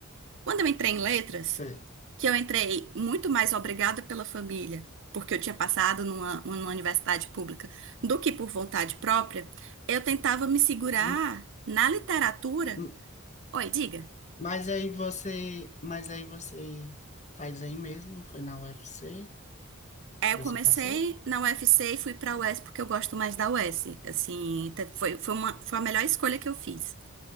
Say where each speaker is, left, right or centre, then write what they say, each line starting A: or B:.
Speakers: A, on the right; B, on the left.
A: Quando eu entrei em letras,
B: Você-
A: que eu entrei muito mais obrigada pela família, porque eu tinha passado numa, numa universidade pública, do que por vontade própria, eu tentava me segurar
B: m-
A: na literatura.
B: m-
A: Oi, diga.
B: Mas aí você, mas aí você faz aí mesmo, foi na UFC,
A: É,
B: você
A: eu comecei
B: passou?
A: na UFC e fui pra US porque eu gosto mais da US. Assim, te- foi, foi uma, foi a melhor escolha que eu fiz.